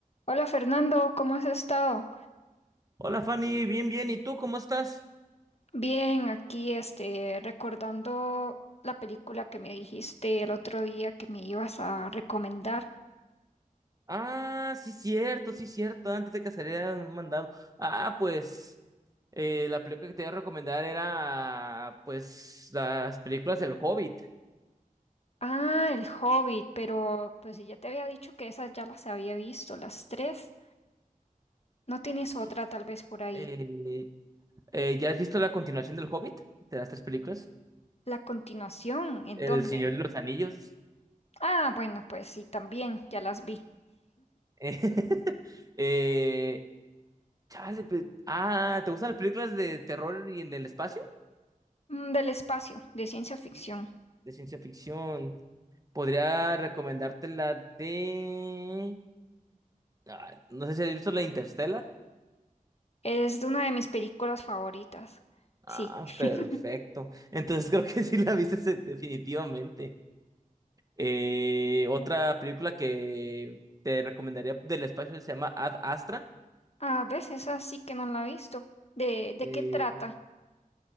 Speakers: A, on the left; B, on the right.
A: Hola Fernando, ¿cómo has estado?
B: Hola Fanny, bien, bien, ¿y tú cómo estás?
A: Bien, aquí este, recordando la película que me dijiste el otro día que me ibas a recomendar.
B: Ah, sí, cierto, sí, cierto, antes de que saliera un mandado. Ah, pues eh, la película que te iba a recomendar era, pues, las películas del Hobbit.
A: Ah, El Hobbit, pero pues si ya te había dicho que esas ya las había visto, las tres. ¿No tienes
B: Sí,
A: otra tal
B: sí.
A: vez por ahí?
B: Eh, eh, ¿ya has visto la continuación del Hobbit? De las tres películas.
A: ¿La continuación? ¿En
B: El
A: dónde?
B: Señor de los Anillos.
A: Ah, bueno, pues sí, también ya las vi.
B: Eh, <laughs> eh, chale, pues, ah, ¿te gustan las películas de terror y en el espacio?
A: Mm, del espacio, de ciencia ficción.
B: De ciencia ficción. Podría recomendarte la de... ah, no sé si has visto la Interstellar.
A: Es de una de mis películas favoritas. Sí.
B: Ah,
A: <laughs>
B: perfecto. Entonces <laughs> creo que sí la viste se- definitivamente. Eh, otra película que te recomendaría del espacio se llama Ad Astra.
A: A veces así que no la he visto. ¿De, de
B: Eh,
A: qué trata?